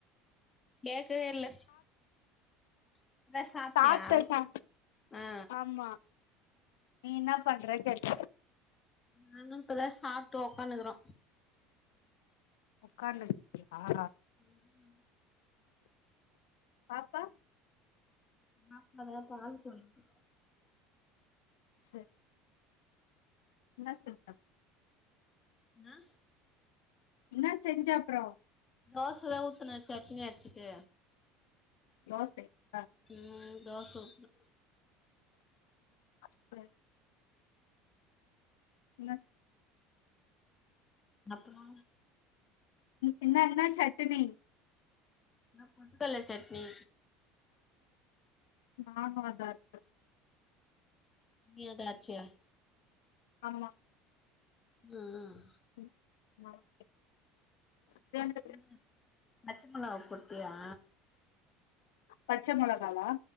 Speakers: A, on the left (about 25°); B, on the left (about 70°).
A: கேக்கவே இல்ல இப்பதா சாப்ட்டியா
B: சாப்ட்டாச்சா,
A: ஆ
B: ஆமா நீ என்ன பண்ற கேட்ட
A: நானு இப்பதா சாப்ட்டு ஒக்காந்துக்கிற
B: உட்காந்து இருக்கீங்களா
A: உம் உம்
B: பாப்பா
A: பாப்பா அது பால் குடிக்கது
B: சேரி என்ன <unintelligible>
A: அ
B: என்ன செஞ்ச அப்புறம்
A: தோசத ஊத்துன சட்னி அரச்சுட்டு
B: தோசையா
A: ம் தோச ஊத்து
B: ம் என்ன
A: உனக்கு மா
B: என்ன என்ன சட்னி
A: நா பெட்டுகல்ல சட்னி
B: நானு அதா அரச்ச
A: நீயு அதா அரச்சையா
B: ஆமா
A: ம்
B: <unintelligible>
A: ம் பச்சமிளகா போட்டியா
B: பச்ச மிளகாவா